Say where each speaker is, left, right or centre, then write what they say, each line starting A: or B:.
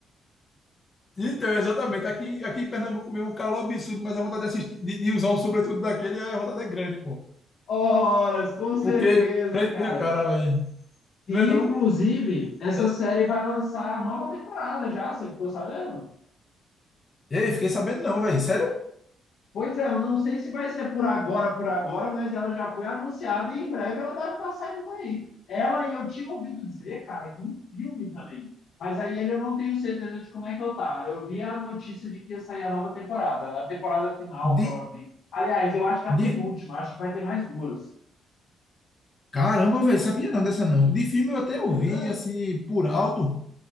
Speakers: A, on the left; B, on the left.
A: Então, é exatamente. Aqui, aqui em Pernambuco mesmo, um calor absurdo, mas a vontade de assistir, de, de usar um sobretudo daquele, é a vontade é grande, pô.
B: Horas, com certeza,
A: Porque prende
B: cara.
A: o cara, velho.
B: E,
A: Não é não?
B: inclusive, essa
A: É.
B: série vai lançar a nova temporada já, você ficou sabendo?
A: Ei, fiquei sabendo não, velho. Sério?
B: Pois é, eu não sei se vai ser por agora, por agora, mas ela já foi anunciada e em breve ela deve estar saindo por aí. Ela, eu tinha ouvido dizer, cara, que um filme também. Mas aí ele eu não tenho certeza de como é que eu tá. Eu vi a notícia de que ia sair a nova temporada, a temporada final,
A: De,
B: provavelmente. Aliás, eu acho que a
A: de...
B: penúltima, acho que vai ter mais duas.
A: Caramba, velho, sabia não dessa não. De filme eu até ouvi,
B: Pois é,
A: assim, por alto.